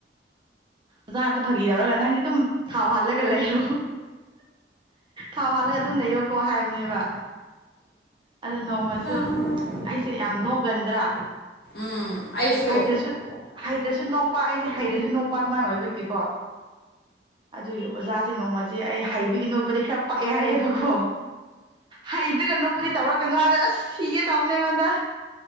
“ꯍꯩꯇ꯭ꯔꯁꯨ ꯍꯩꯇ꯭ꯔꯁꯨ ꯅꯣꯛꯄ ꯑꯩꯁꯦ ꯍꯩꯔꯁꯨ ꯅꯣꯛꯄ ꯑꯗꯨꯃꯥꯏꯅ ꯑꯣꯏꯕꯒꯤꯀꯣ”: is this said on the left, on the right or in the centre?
Right